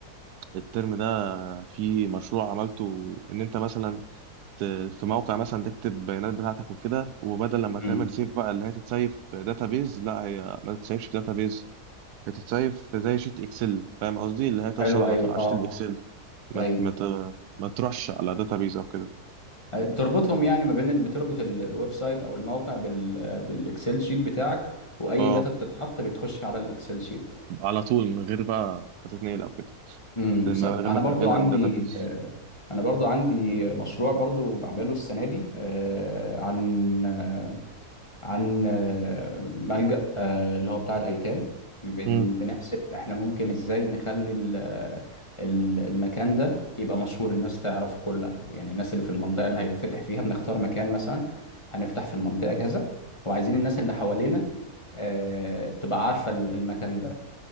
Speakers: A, on the right (about 80°); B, on the left (about 20°).
A: الترم ده في مشروع عملته ان انت مثلا ت- في موقع مثلا تكتب البيانات بتاعتك وكده وبدل لما تعمل
B: امم
A: سيف بقى اللي هي تتسيف في داتابيز لا هي ما تتسيفش في داتابيز بتتسيف في زي شيت اكسل فاهم قصدي اللي هي توصل
B: حلو
A: على
B: ايوه
A: طول على
B: اه
A: شيت الاكسل ما
B: ايوه
A: ت- ما ت- ما تروحش على داتابيز او كده
B: أيوة. بتربطهم يعني ما بين ال- بتربط ال- الويب سايت او الموقع بال بالاكسل شيت بتاعك واي
A: اه
B: داتا بتتحط بتخش على الاكسل شيت
A: على طول من غير بقى ما تتنقل او كده
B: امم
A: من
B: صح
A: غير
B: انا
A: ما تنقلها
B: برضو عندي
A: من داتابيز
B: آه، انا برضو عندي مشروع برضو بعمله السنه دي آه، عن آه، عن آه، ملجأ آه، اللي هو بتاع الايتام بن-
A: امم
B: بنحسب احنا ممكن ازاي نخلي ال- ال- المكان ده يبقى مشهور الناس تعرفه كلها يعني الناس اللي في المنطقه اللي هيتفتح فيها بنختار مكان مثلا هنفتح في المنطقه كذا وعايزين الناس اللي حوالينا آه، تبقى عارفه المكان ده